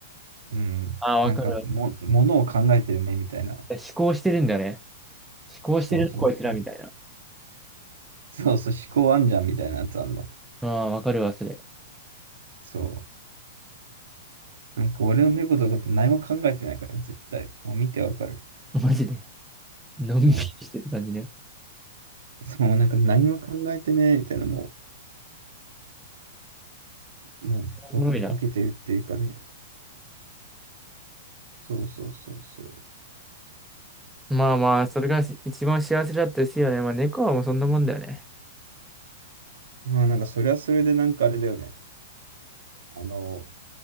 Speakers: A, on the right (about 80°); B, in the centre.
A: うん。
B: ああ、わかる。
A: なんかも、ものを考えてる目みたいな。
B: 思考してるんだね。思考してるの、
A: そうそうそう。
B: こいつらみたいな。
A: そうそう、思考あんじゃんみたいなやつあんの。
B: ああ、わかるわ、それ。
A: そう。なんか俺の猫とかって何も考えてないから、絶対。もう見てわかる。
B: マジで。のんびりしてる感じね。
A: うん。そう、なんか何も考えてねえみたいな、もう、もうボ、
B: おもろいな。
A: ボケてるっていうかね、そうそうそうそう。
B: まあまあ、それがし一番幸せだったですよね。まあ猫はもうそんなもんだよね。
A: まあなんかそれはそれでなんかあれだよね。あの、